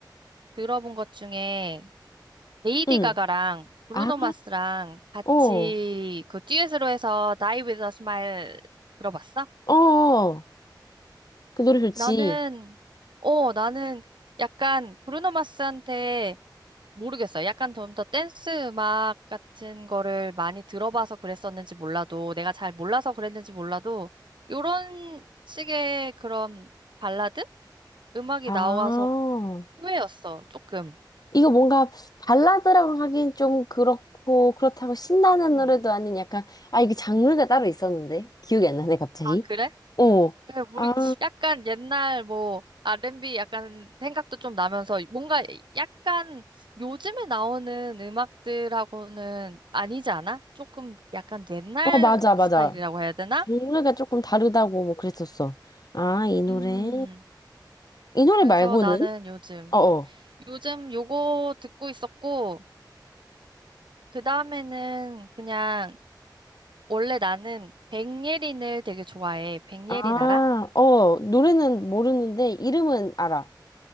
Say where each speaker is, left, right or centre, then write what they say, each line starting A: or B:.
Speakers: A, on the right (about 80°); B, on the left (about 55°).
A: 들어본 것 중에 레이디
B: 응.
A: 가가랑 브루노
B: 아,
A: 마스랑 같이
B: 어,
A: 그 듀엣으로 해서 Die With a Smile 들어봤어?
B: 어, 어. 그 노래 좋지.
A: 나는, 어, 나는 약간 브루노 마스한테 모르겠어. 약간 좀 더 댄스 음악 같은 거를 많이 들어봐서 그랬었는지 몰라도, 내가 잘 몰라서 그랬는지 몰라도, 요런 식의 그런 발라드? 음악이
B: 아,
A: 나와서 의외였어, 조금.
B: 이거 뭔가 발라드라고 하긴 좀 그렇고, 그렇다고 신나는
A: 음.
B: 노래도 아닌 약간, 아, 이게 장르가 따로 있었는데? 기억이 안 나네, 갑자기.
A: 아, 그래?
B: 어,
A: 네, 모르,
B: 아,
A: 약간 옛날 뭐 R&B 약간 생각도 좀 나면서 뭔가 약간 요즘에 나오는 음악들하고는 아니지 않아? 조금 약간 옛날
B: 아, 맞아, 맞아.
A: 스타일이라고 해야 되나?
B: 장르가 조금 다르다고 뭐 그랬었어. 아, 이 노래.
A: 음,
B: 이 노래
A: 그래서
B: 말고는?
A: 나는 요즘,
B: 어어.
A: 요즘 요거 듣고 있었고, 그 다음에는 그냥 원래 나는 백예린을 되게 좋아해. 백예린
B: 아,
A: 알아?
B: 어, 노래는 모르는데 이름은 알아.